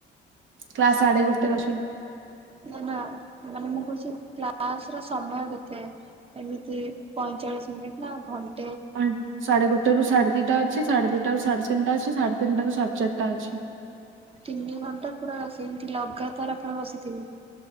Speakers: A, on the right; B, on the right.
A: କ୍ଲାସ ସାଡେ ଗୋଟେ ରେ ଅଛି।
B: ନା, ନା, ମାନେ ମୁଁ କହୁଛି -କ୍ଲାସ ର ସମୟ କେତେ ଏମିତି ପଇଁଚାଳି ଚାଶ ମିନିଟ ନା ଘ <unintelligible>
A: ହ ସା଼େ ଗୋ <unintelligible> ସାଢେ ଦିଟା ଅଛି, ସାଢେ ଦିଟା ରୁ ସାଢେ ତିନଟା ଅଛି, ସାଢ଼େ ତିିନିଟା ରୁ ସାଢେ ଚାରିଟା ଅଛି।
B: ତିନି ଘଣ୍ଟା ପୁରା ସେମିତି ଲଗାତାର ଆପଣ ବସିଥିବେ